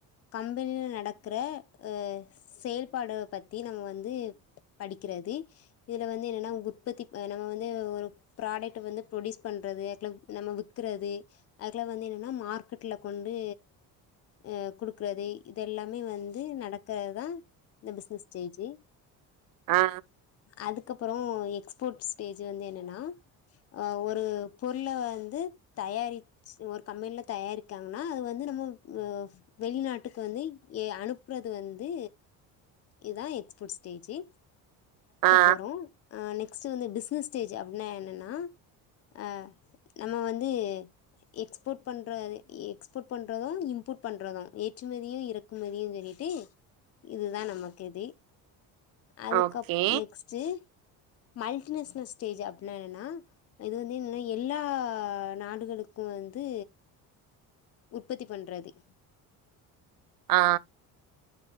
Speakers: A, on the left; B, on the right.
A: கம்பெனியில நடக்கிற அ செயல்பாடுகாலா பத்தி நம்ம வந்து படிக்கிறது இதுல வந்து என்னன்னா உற்பத்தி நம்ம வந்து ஒரு ப்ராடக்ட் வந்து ப்ரொடியூஸ் பண்றது நம்ம வித்து கறது அதுக்லாம் வந்து என்னன்னா மார்க்கெட்ல கொண்டு அ குடுக்குறது இத எல்லாமே வந்து நடக்கறதா இந்த பிசினஸ்டேஜி
B: ஆ
A: அதுக்கப்புற எக்ஸ்போர்ட் ஸ்டேஜ் வந்து என்னென்னா ஒரு பொருளை வந்து தயாரிச்சு ஒரு கம்பெனில தயாரிக்காங்கன்னா அது வந்து நம்ம வெளிநாட்டுக்கு வந்து அனுப்புறது வந்து இதுதா எக்ஸ்போர்ட் ஸ்டேசு
B: ஆ
A: போறோம் நெஸ்ட் வந்து பிசினஸ் ஸ்டேஜ் அப்படின்னா என்னன்னா அ நம்ம வந்து எக்ஸ்போர்ட் பண்ற எக்ஸ்போர்ட் பண்றதும் ஃட் பண்றதும் ஏற்றுமதியு இறக்குமதியு சொல்லிட்டு இதுதா நமக்கு இது அதுக்கு
B: ஓகே
A: அப் நெக்ஸ்டு மல்டிநேஷனல் ஸ்டேஜ் அப்படின்னா என்னன்னா இது வந்து என்னன்ன எல்லா நாடுகளுக்கு வந்து உற்பத்தி பண்றது
B: ஆ